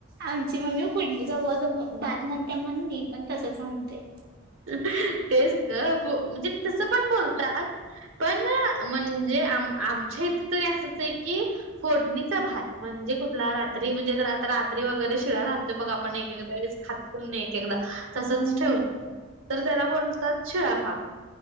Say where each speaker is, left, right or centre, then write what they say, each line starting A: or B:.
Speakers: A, on the right; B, on the right.
A: आमची मम्मी फोडणी जवळ ज म भात म्हणत्या म्हणून मी पण तसचं म्हणतय.
B: तेच गं फ म्हणजे तसं पण बोलतात. पण म्हणजे आम आमच्या इथे तरी असचं आहे की फोडणीचा भात म्हणजे कुठला रात्री म्हणजे गं रात रात्री वगैरे शिळा राह ते बघ आपण एक एकदा वेळेस खात पण नाय एक एकदा तसचं
A: हम्म
B: ठेवतो तर त्याला बोलतात छेळा भात.